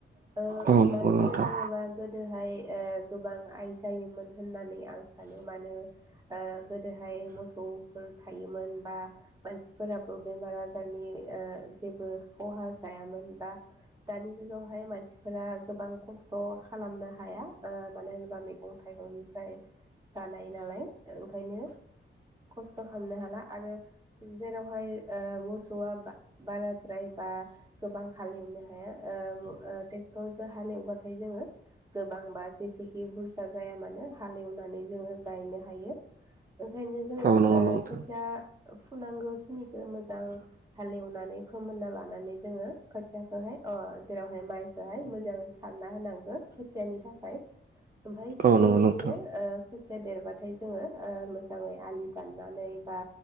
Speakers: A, on the right (about 20°); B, on the right (about 45°).
A: ओ
B: औ नंगौ
A: मानो
B: नोंथां
A: होनो थाङोबा गोदोहाय गोबां आइ जायोमोन होननानै आं सा नो मानो गोदोहाय मोसौफोर थायोमोन बा मानसिफोरा बेमार आजारनि ओ जेबो खहा जायामोन बा दानि जुगावहाय मानसिफोरा गोबां खस्थ' खालामनो हाया ओ मानो होनोबा मैगं थाइग थाइगंनिफ्राय जानाय नालाय ओंखायनो खस्थ' खालामनो हाला आरो जेरावहाय ओ मोसौआ बाराद्राय बा गोबां हालेवनो हाया ओ दरजो हालेवब्लााथाय जोङो गोबांबा जेसेखि बुरजा जाया मानो हालेवनानै जोङो गायनो हायो। ओंखायनो जोङो
B: औ नंगौ नोंथां
A: खोथिया फुनांगौ खिनि मोजां हालेवनानै फोमोनना लानानै जोङो खोथियाखौहाय ओ जेरावहाय माइ खौहाय मोजाङै सारना होनांगौ खोथियानि थाखाय ओमफाय थिग
B: औ
A: बेबायदिनो
B: नंगौ नोंथां
A: ओ खोथिया देरबाथाय जोङो मोजाङै आलि दाननानै बा